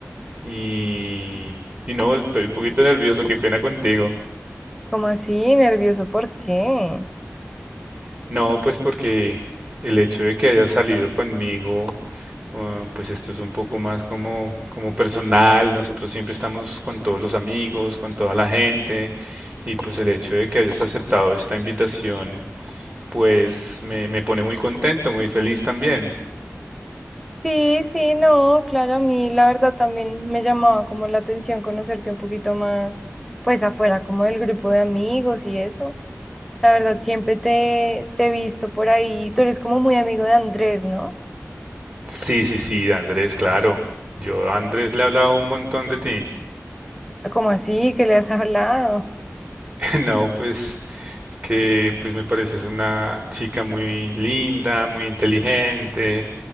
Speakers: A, on the right (about 35°); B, in the centre.
A: y, y no, estoy un poquito nervioso, qué pena contigo.
B: ¿Cómo así? ¿Nervioso? ¿Por qué?
A: No, pues porque el hecho de que hayas salido conmigo Uh, pues esto es un poco más como, como personal, nosotros siempre estamos con todos los amigos, con toda la gente y pues el hecho de que hayas aceptado esta invitación pues me, me pone muy contento, muy feliz también.
B: Sí, sí, no, claro, a mí la verdad también me llamaba como la atención conocerte un poquito más, pues afuera, como del grupo de amigos y eso. La verdad, siempre te, te he visto por ahí. Tú eres como muy amigo de Andrés, ¿no?
A: Sí, sí, sí, Andrés, claro. Yo a Andrés le he hablado un montón de ti.
B: ¿Cómo así? ¿Que le has hablado?
A: <laughs> No, pues que pues me pareces una chica muy linda, muy inteligente,